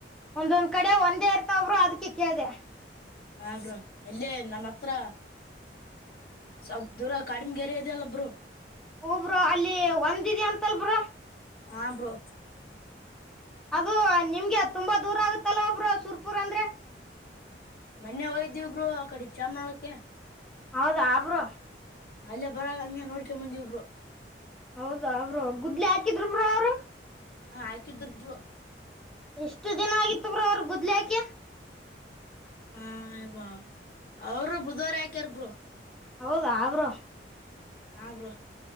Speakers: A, in the centre; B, on the left (about 55°).
A: ಒಂದೊಂದ್ ಕಡೆ ಒಂದೇ ಇರ್ತಬ್ರು ಅದಕ್ಕೆ ಕೇಳಿದೆ
B: ಹ ಬ್ರೋ ಅಲ್ಲೇ ನಮ್ಮ ಹತ್ರ ಸ್ವಲ್ಪ ದೂರ ಕಾಡಮಗೆರೆ ಇದಲ್ಲೊಬ್ರು
A: ಹೂ ಬ್ರೋ ಅಲ್ಲಿ ಒಂದಿದೆ ಅಂತಲ್ಬ್ರ
B: ಹಾ ಬ್ರೋ
A: ಅದು ನಿಮ್ಗೆ ತುಂಬಾ ದೂರ ಆಗುತ್ತಲ್ಲ ಒಬ್ರು ಸುರ್ಪುರ್ ಅಂದ್ರೆ
B: ಮೊನ್ನೆ ಹಯ್ದಿವಬ್ರು ಆ ಕಡೆ ಚಾಮನಾಳಕ್ಕೆ
A: ಹೌದಾ ಆಬ್ರು
B: ಅಲ್ಲೇ ಬರಾಗ ಹಂಗಗೆ ನೋಡ್ಕೊ ಬಂದಿ ಒಬ್ರು
A: ಹೌದಾ ಅವಬ್ರು ಗುದ್ಲಿ ಹಾಕಿದ್ರು ಬ್ರ ಅವರು
B: ಹಾ ಹಾಕಿದ್ರಬ್ರು
A: ಎಷ್ಟು ದಿನ ಆಗಿತ್ತು್ರ ಬ್ರುಅವರು ಗುದ್ಲಿ ಹಾಕಿ
B: ಹಾ ಬಾ ಅವರು ಬುಧವರ್ ಯಾಕ್ಯಾರ್ಬರು
A: ಹೌದಾ ಬ್ರೋ
B: ಹಾ ಬ್ರೋ